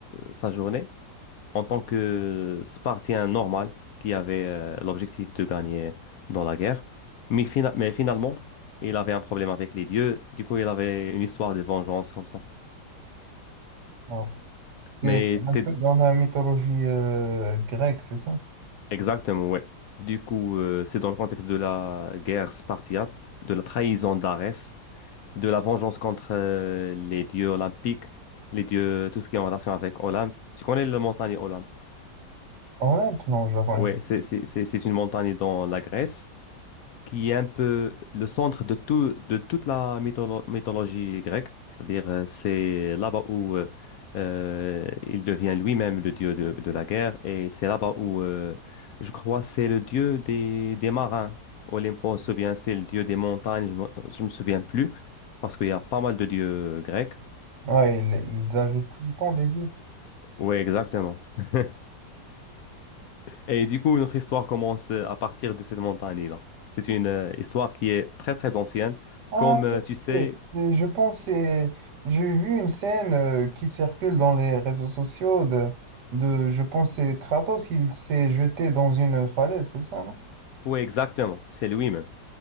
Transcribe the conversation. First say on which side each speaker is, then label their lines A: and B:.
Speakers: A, on the left (about 65°); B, on the right (about 75°).
A: sa journée en tant que Spartien normal qui avait euh, l'objectif de gagner dans la guerre. Mais, fina- mais finalement, il avait un problème avec les dieux. Du coup, il avait une histoire de vengeance comme ça.
B: Ouais. C'est
A: Mais
B: un
A: t'es-
B: peu dans la mythologie euh, grecque, c'est ça?
A: exactement, ouais. Du coup, euh, c'est dans le contexte de la guerre spartiate, de la trahison d'Arès de la vengeance contre euh, les dieux olympiques, les dieux, tout ce qui est en relation avec Olympe. Tu connais la montagne Olympe?
B: Olympe, non, je la connais
A: Oui, c'est c'est- c'est- c'est une montagne dans la Grèce qui est un peu le centre de tout, de toute la mytholo- mythologie grecque. C'est-à-dire, euh, c'est là-bas où euh, euh, il devient lui-même le dieu de, de la guerre et c'est là-bas où, euh, je crois, c'est le dieu des, des marins. Olympos, ou bien c'est le dieu des montagnes, je ne me, je me souviens plus, parce qu'il y a pas mal de dieux grecs.
B: pas. Ouais, ils, ils ajoutent tout le temps des dieux.
A: Oui, exactement. <laughs> Et du coup, notre histoire commence euh, à partir de cette montagne-là. C'est une euh, histoire qui est très, très ancienne.
B: Ah,
A: Comme euh, tu sais,
B: ouais, c'est- je pense, que c'est- j'ai vu une scène euh, qui circule dans les réseaux sociaux de, de je pense, que c'est Kratos, il s'est jeté dans une falaise, c'est ça, non?
A: oui, exactement, c'est lui-même.